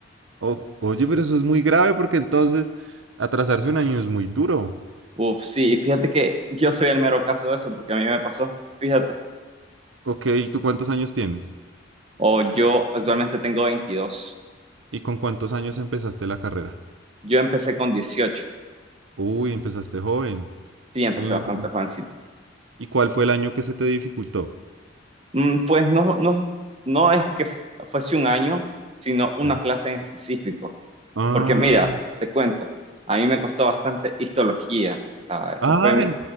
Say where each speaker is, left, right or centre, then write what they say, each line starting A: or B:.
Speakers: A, on the right (about 85°); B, on the right (about 30°).
A: o- oye, pero eso es muy grave porque entonces atrasarse un año es muy duro.
B: Uf, sí, y fíjate que yo soy el mero caso de eso, porque a mí me pasó, fíjate.
A: Ok, ¿y tú cuántos años tienes?
B: O yo actualmente tengo veintidós
A: ¿Y con cuántos años empezaste la carrera?
B: Yo empecé con dieciocho
A: Uy, empezaste joven.
B: Sí, empecé
A: Mm,
B: bastante jovencito.
A: ¿Y cuál fue el año que se te dificultó?
B: Mm, Pues no, no, no es que f- fuese un año, sino una
A: Ya.
B: clase en específico.
A: Ah,
B: Porque mira, te cuento, a mí me costó bastante histología. O sea, esa
A: ah,
B: fue mi,